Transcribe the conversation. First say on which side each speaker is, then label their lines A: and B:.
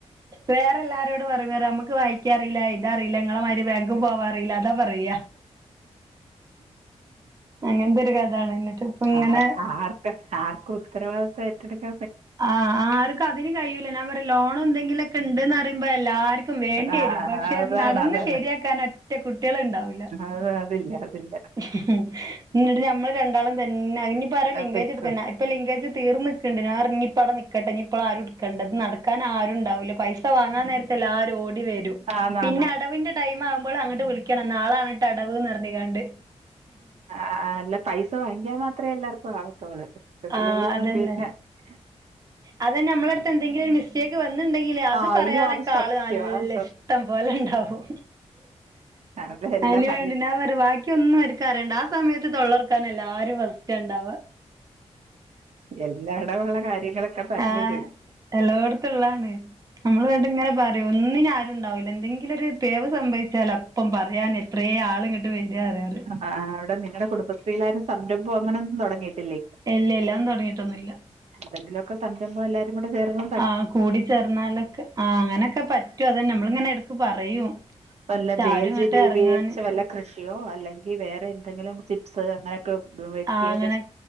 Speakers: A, on the right (about 30°); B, on the right (about 70°).
A: വേറെല്ലാരോട പറിന്നേരം അമ്മക്ക് വായി ക്ക്യാ അറിയില്ല എഴ്താഅറിയില്ല ങ്ങളെമാരി ബേങ്ക് പോവാറയില്ല അതാ പറയാ അങ്ങൻത്തെരു കഥാണ് ന്നിട്ട് ഇപ്പ ഇങ്ങനെ
B: ആർ ആർക്ക് ആർക്കും ഉത്തരവാദിതം ഏറ്റെടുക്ക
A: ആഹ് ആർക്കു അതിന് കഴിയൂല ഞാൻ പറയാ ലോണോ എന്തെങ്കിലൊക്കെ ഇണ്ട്ന്നറിയുമ്പോ എല്ലാര്ക്കും വേണ്ടിരും
B: ആ
A: പക്ഷെ
B: അതാണ്
A: അ നടന്ന്
B: അതാണ്
A: ശരിയാക്കാനൊറ്റ കുട്ട്യേള് ഉണ്ടാവൂല
B: അത്വരേ അതില്ല അതില്ല
A: മ് ന്നിട്ട് നമ്മൾ രണ്ടാളും തന്നെ അയിഞ്ഞിപ്പം ആര ലിങ്കേജ്
B: പെക്ക്
A: ഇട്ക്കണ്ടേ ഇപ്പം ലിംഗേജ് തീർന്ന്ക്ക്ണ്ട് ഞാപറഞ് ഞ്ഞിപ്പവ്ടെ നിക്കട്ടെ ഞ്ഞിപ്പളാരും ഇട്ക്കണ്ട നടക്കാനാരുണ്ടാവൂല പൈസ വാങ്ങാ നേരത്തെല്ലാരോടി വെരും
B: ആന്നാന്ന്
A: പിന്നെ അടവിന്റെ ടൈമാവു മ്പളു അങ്ങട്ട് വിളിക്കണം നാളാണ് ട്ടടവ്ന്നറിഞ്ഞീങ്ങാണ്ട്
B: അഅഅആഹ് അല്ല പൈസ വാങ്ങിക്കാൻ മാത്രേ എല്ലാർക്കു ആവത്തോള് ഇപ്പോ
A: ആഹ് അതന്നെ
B: പിന്നെ ഏഴുസം <unintelligible>
A: അതന്നെ അമ്മള എട്ത്ത് എന്തെങ്കിലും ഒര് മി സ്റ്റേക്ക് വന്നിണ്ടെങ്കില് അത്
B: ആ
A: പറയാനൊക്കെ
B: അയ്യോ അത് സത്യം
A: ആള് നല്ല
B: അത് സത്യം
A: ഇഷ്ടം പോലെ ഇണ്ടാവും
B: അതെല്ലാം
A: അയിനുവേണ്ടി
B: മന
A: നാ പറ ബാക്കിയൊന്നും ഓര്ക്കറിയണ്ട ആ സമയത്ത് തൊള്ളർക്കാനല്ലാരും ഫസ് റ്റണ്ടാവ
B: എല്ലായിടെ ഉള്ള കാര്യങ്ങളൊക്കെ തരുന്നത്
A: ആഹ് എല്ലോടത്തുള്ളാണ് നമ്മള് കേട്ട് ഇങ്ങനെ പറിം ഒന്നിനാരും ഉണ്ടാവൂല എന്തെങ്കിലൊര് പിഴവ് സംഭവിച്ചാലപ്പം പറയാന് എത്രേ ആള്ങ്ങട്ട് വരറിയാറ്
B: ആഹ് അവ്ടെ നിങ്ങടെ കുടുംബശ്രീലാരും സംരംഭം അങ്ങനൊന്നു തുടങ്ങിയിട്ടില്ലേ
A: ഇല്ല ഇല്ല അഹൊന്ന് തുടങ്ങിട്ടൊന്നുയില്ല
B: പെന്റിലൊക്കെ സംരംഭം എല്ലാ ഇങ്ങോട്ട് കേറ്ണു
A: ആഹ് കൂടിച്ചേർന്നാലൊക്കെ ആഹ് അങ്ങനൊക്കെ പറ്റും അതന്നെ അമ്മളിങ്ങനെ എടക്ക് പറയും പക്ഷെ
B: വല്ല ജെ
A: ആരും
B: എൽ
A: ഇങ്ങട്ട്
B: ജി രൂപീകരിച്ച
A: ഇറങ്ങാന്
B: വല്ല കൃഷിയോ അല്ലെങ്കിവേറെ ന്തെങ്കിലും. ചിപ്സ് അങ്ങനൊ ക്കെ വെക്കിയേ
A: ആഹ് അങ്ങനെ
B: ക്കെ